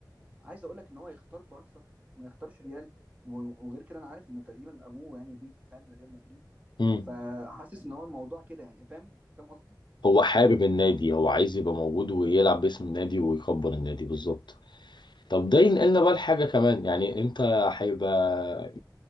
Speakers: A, on the right (about 20°); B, on the left (about 85°).
A: عايز اقول لك ان هو يختار بارسا وما يختارش ريال و- وغير كده انا عارف ان تقريبا ابوه يعني بيج فان لريال مدريد
B: امم
A: فحاسس ان هو الموضوع كده يعني فاهم فاهم قصدي
B: هو حابب النادي هو عايز يبقى موجود ويلعب باسم النادي ويكبر النادي بالظبط طب ده ينقلنا بقى لحاجة كمان يعني انت هيبقى